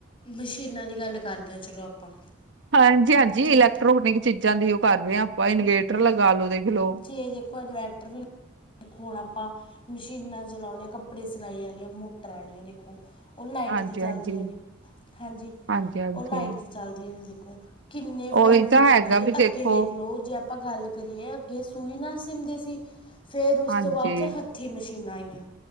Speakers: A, on the left; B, on the right.
A: ਮਸ਼ੀਨਾਂ ਦੀ ਗੱਲ ਕਰਦੇਆਂ ਚਲੋ ਆਪਾਂ।
B: ਹਾਂਜੀ-ਹਾਂਜੀ
A: ਜੀ
B: ਇਲੈਕਟ੍ਰੋਨਿਕ ਚੀਜ਼ਾਂ ਦੀ ਓ ਕਰ ਰੇਆਂ ਆਪਾਂ, ਇਨਵੇਟਰ ਲਗਾ ਲੋ ਦੇਖਲੋ।
A: ਤੇ ਦੇਖੋ, ਇਨਵੈਟਰ ਵੀ ਦੇਖ ਹੁਣ ਆਪਾਂ ਮਸ਼ੀਨਾਂ ਚਲਾਉਂਦੇ, ਕੱਪੜੇ ਸਿਲਾਈ ਵਾਲੀਆਂ ਮੋਟਰਾਂ ਆਲੀਆਂ ਦੇਖੋ। ਓ ਲਾਈਟ
B: ਹਾਂਜੀ
A: 'ਤੇ ਚੱਲਦੀ
B: ਹਾਂਜੀ
A: ਆਂ ਨੇ ਨਈਂ ਹਾਂਜੀ,
B: ਹਾਂਜੀ ਹਾਂਜੀ
A: ਉਹ ਲਾਈਟ 'ਤੇ ਚਲਦੀ ਐ ਦੇਖੋ, ਕਿੰਨੇ ਬੇਨਿਫਿਟ
B: ਉਹੀ ਤਾਂ ਹੈਗਾ
A: ਨੇ ਓਦੇ
B: ਵੀ ਦੇਖੋ
A: ਅੱਗੇ ਦੇਖ ਲੋ ਆਪਾਂ ਗੱਲ ਕਰੀਏ ਅੱਗੇ ਸੂਈ ਨਾਲ ਸਿੰਮਦੇ ਸੀ, ਫੇਰ ਉਸ
B: ਹਾਂਜੀ
A: ਤੋਂ ਬਾਅਦ 'ਚ ਹੱਥ ਹੱਥੀ ਮਸ਼ੀਨਾਂ ਆਈਆਂ